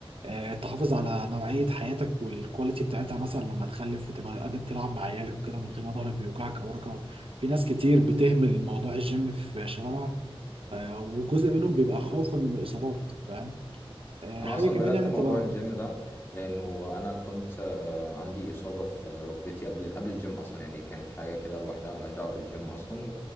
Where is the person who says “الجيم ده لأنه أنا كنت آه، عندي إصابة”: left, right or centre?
Left